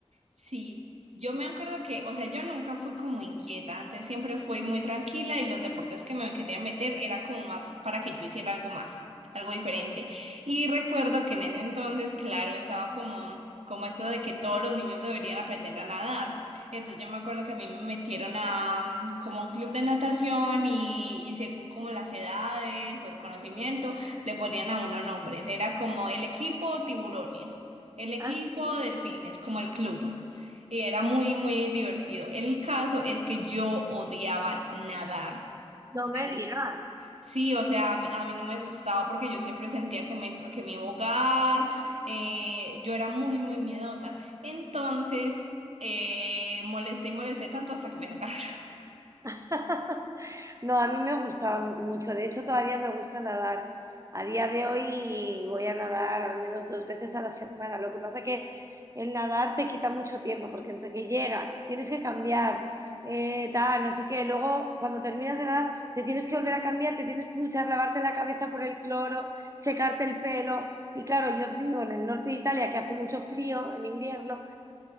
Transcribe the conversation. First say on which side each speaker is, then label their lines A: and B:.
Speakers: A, on the right (about 75°); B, on the right (about 30°).
A: Sí, yo me acuerdo que, o sea, yo nunca fui como inquieta, antes siempre fui muy tranquila y los deportes que me quería meter era como más para que yo hiciera algo más, algo diferente. Y recuerdo que en ese entonces, claro, estaba como, como esto de que todos los niños deberían aprender a nadar. Entonces yo me acuerdo que a mí me metieron a mm, como a un club de natación y, y según como las edades o el conocimiento, le ponían a uno nombres, era como el equipo tiburones. El equipo
B: Así,
A: delfines, como el club. Y era muy, muy divertido. El caso es que yo odiaba nadar.
B: no
A: ¿sale?
B: me digas.
A: Sí, o sea, a mí, a mí no me gustaba porque yo siempre sentía que me, que me iba a ahogar. eh, yo era muy, muy miedosa. Entonces, eh, molesté y molesté tanto hasta que me sacaron. <laughs>
B: <laughs> No, a mí me gustaba mu- mucho. De hecho, todavía me gusta nadar. A día de hoy voy a nadar al menos dos veces a la semana. Lo que pasa que el nadar te quita mucho tiempo porque entre que llegas, tienes que cambiar, eh, tal, no sé qué. Luego, cuando terminas de nadar, te tienes que volver a cambiar, te tienes que duchar, lavarte la cabeza por el cloro, secarte el pelo. Y claro, yo vivo en el norte de Italia que hace mucho frío en invierno.